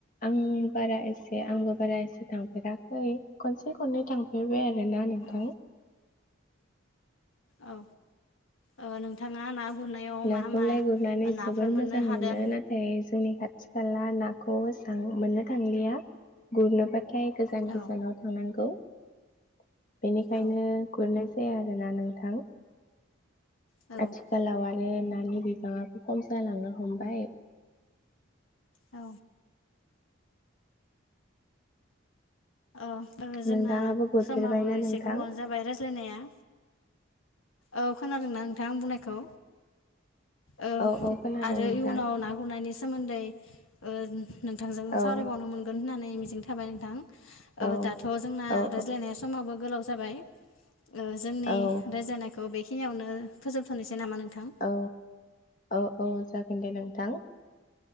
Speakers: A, on the left (about 40°); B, on the left (about 85°).
A: आं बारा एसे आंबो बारा एसे थांफेराखै खनसे खननै थांफेरबाय आरो। ना नोंथां
B: औ औ ओ नोंथांङा ना गुरनायाव
A: नाखौ
B: मा मा
A: लाय गुरनानै
B: नाफोर
A: जोबोर
B: मोननो
A: मोजां
B: हादों
A: मोनो नाथाय जोंनि खाथि खाला नाखौ एसां मोननो थांलिया गुरनो बा से गोजान
B: औ
A: गोजानाव थांनांगौ। <inaudible> बेनिखायनो
B: औ
A: गुरनाय ए‌ आरोना नोंथां
B: औ
A: आथिखालाव बे नानि बिबांङा खम जालांनो हमबाय।
B: औ औ ओ जोंना
A: नोंथाङाबो गुरफेरबायना
B: समाबो एसे
A: नोंथां
B: गोबावानो जाबाय रायज्लायनाया औ खोनादोंना नोंथांं आं बुंनायखौ ओ
A: औ औ खोनादों
B: आरो
A: नोंथां
B: इयुनाव ना गुरनानै सोमोन्दै ओ नोंथांजों
A: औ
B: सावरायबावनो मोनगोन होननानै। मिजिं थाबाय नोंथां ओ
A: औ
B: दाथ' जोंना
A: औ
B: रायज्लायनाय समावबो गोलाव जाबाय ओ जोंनि
A: औ
B: रायज्लानायखौ बे बेिखिनियावनो फोबथनोसै नामा नों थां
A: औ औ औ जागोन दे नोंथां